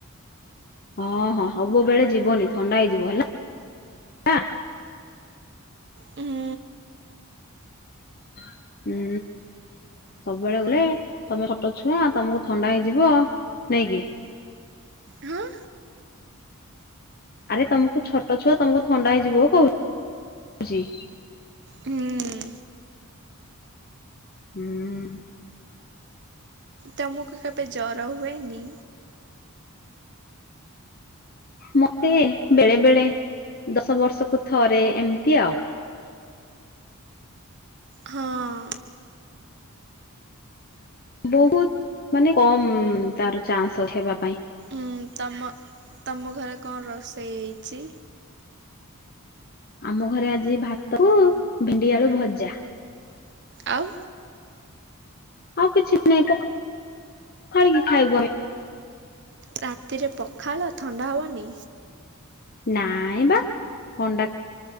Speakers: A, on the left; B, on the right.
A: ହଁ ହଁ ସବୁବେଳେ ଯିବନି ଥଣ୍ଡା ହେଇଯିବ ହେଲା।
B: ହୁଁ
A: ହୁଁ ସବୁବେଳେ ଗଲେ ତମେ ଛୋଟ ଛୁଆ ତମକୁ ଥଣ୍ଡା ହେଇଯିବ ନାଇକି।
B: ହଁ
A: ଆରେ ତମକୁ ଛୋଟ ଛୁଆ ତମକୁ ଥଣ୍ଡା ହେଇଯିବ କହୁଛି।
B: ହୁଁ
A: ହୁଁ। <inaudible>
B: ତମକୁ କେବେ ଜର ହୁଏନି?
A: ମତେ ବେଳେ ବେଳେ ଦଶ ବର୍ଷକୁ ଥରେ ଏମିତି ଆଉ।
B: ହଁ
A: ବହୁତ ମାନେ କମ ତାର ଚାନ୍ସ ଅଛି ହେବା ପାଇଁ।
B: ଉଁ ତମ <unintelligible> ତମ ଘରେ କଣ ରୋଷେଇ ହେଇଛି?
A: ଆମ ଘରେ ଆଜି ଭାତ, ଭେଣ୍ଡି, ଆଳୁ ଭଜା।
B: ଆଉ।
A: ଆଉ କିଛି ନାଇଁ ପଖାଳିକି ଖାଇବୁ ଆମେ <inaudible>
B: ରାତିରେ ପଖାଳ ଥଣ୍ଡା ହେବନି?
A: ନାଇଁ ବା ଥଣ୍ଡା